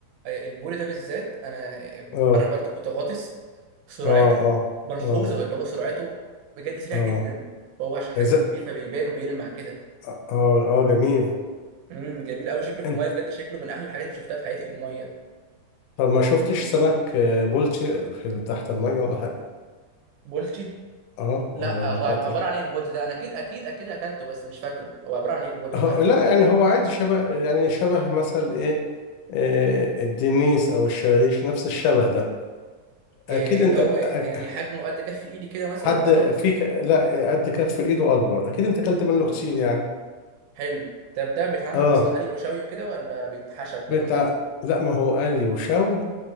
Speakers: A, on the right; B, on the left.
A: آه، البوري ده بالذات انا مره
B: أه
A: برضو كنت غاطس سرعته
B: أه أه
A: ملحوظه
B: أه
A: اللي هو سرعته بجد سريع
B: أه
A: جدا هو عشان حجمه
B: ز-
A: كبير فبيبان وبيلمع كده
B: أه آه، جميل
A: امم جميل قوي شكله في
B: انت
A: الميه بجد شكله من احلى الحاجات اللي شفتها في حياتي في الميه
B: طب ما شفتش سمك آه، بولتي في تحت المية ولا حاجة
A: بولتي
B: اه
A: لا
B: ولا ما
A: هو
B: خدتش
A: عب- عباره عن ايه البولتي ده انا اكيد اكيد اكيد اكلته بس مش فاكره هو عباره عن ايه البولتي
B: اه
A: بقى ده
B: لا يعني هو عادي شبه يعني شبه مثل ايه آه، الدنيس او الشرغيش نفس الشبه ده اكيد
A: إيه
B: انت
A: اللي هو يعني
B: أك-
A: حجمه قد كف ايدي كده مثلا
B: حد
A: ولا اكبر
B: فيك لا قد كف الايد واكبر اكيد انت اكلت منه
A: مم.
B: كتير يعني
A: حلو طب ده بيتعمل
B: اه
A: اصلا قلي وشوي وكده ولا بيتحشى والكلام
B: بتاع
A: ده
B: لا ما هو قلي وشاوي